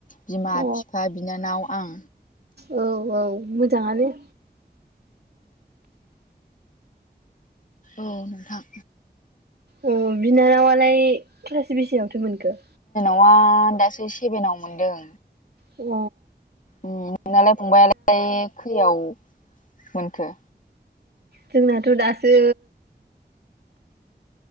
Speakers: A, on the left; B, on the right.
A: बिमा
B: अ
A: बिफा बिनानाव आं
B: औ औ मोजाङानो
A: औ नोंथां
B: अ बिनानावालाय क्लास बेसेबांथो मोनखो
A: ना दासो सेभेनाव मोनदों
B: अ
A: उम नोंनालाय फंबाइालाय खैयाव मोनखो
B: जोंनाथ' दासो